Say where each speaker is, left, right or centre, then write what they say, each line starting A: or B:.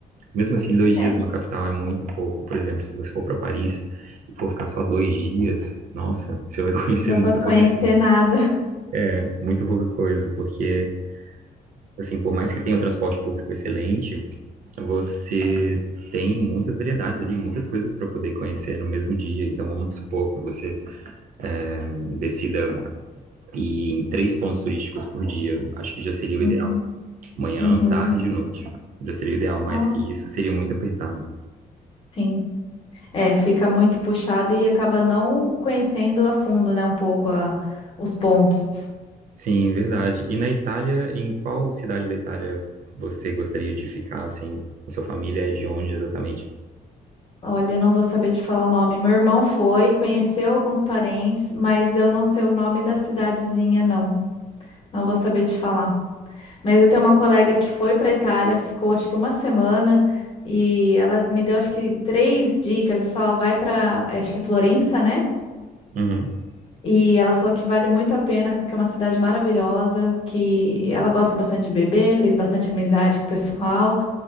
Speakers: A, on the right; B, on the left.
A: Mesmo assim, dois dias
B: é,
A: numa capital é muito pouco. Por exemplo, se você for para Paris e for ficar só dois dias, nossa, você vai <laughs> conhecer
B: não dá
A: muito
B: pra conhecer
A: pouca coisa.
B: nada.
A: É, Muito pouca coisa, porque, assim, por mais que tenha o transporte público excelente, você. Tem muitas variedades ali, muitas coisas para poder conhecer no mesmo dia. Então, vamos supor que você eh, decida e em três pontos turísticos por dia, acho que já seria o
B: Uhum,
A: ideal. Manhã,
B: uhum.
A: tarde e noite. Já seria o ideal, mais
B: Nossa,
A: que isso seria muito apertado.
B: Sim. É, fica muito puxado e acaba não conhecendo a fundo, né, um pouco a- os pontos.
A: Sim, verdade. E na Itália, em qual cidade da Itália você gostaria de ficar, assim? A sua família é de onde exatamente?
B: Olha, eu não vou saber te falar o nome. Meu irmão foi, conheceu alguns parentes, mas eu não sei o nome da cidadezinha, não. Não vou saber te falar. Mas eu tenho uma colega que foi para Itália, ficou acho que uma semana e ela me deu acho que três dicas. Eu falava, vai para, acho que é Florença, né?
A: Uhum.
B: E ela falou que vale muito a pena, porque é uma cidade maravilhosa, que ela gosta bastante de beber, fez bastante amizade com o pessoal,